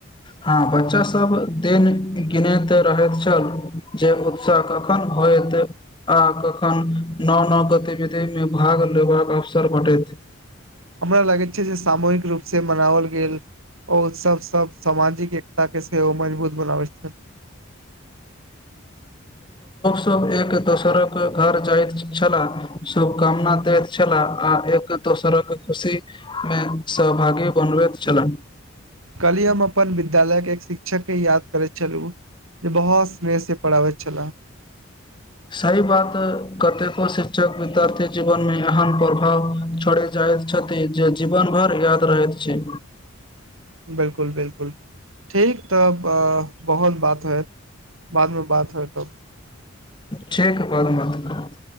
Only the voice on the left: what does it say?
हँ बच्चासभ देन गिनैत रहैत छल जे उत्साह कखन होयत आ कखन नव -नव गतिविधिमे भाग लेबाक अवसर भेटैत
सभ एक दोसरक घर जाइत छलाह शुभकामना दैत छलाह आ एक दोसरक खुशीमे सहभागी बनबैत छलाह
सही बात कतेको शिक्षक विद्यार्थी जीवनमे एहन प्रभाव छोड़य जाइत छथि जे जीवन भरि याद रहैत छै
ठीक बाद मत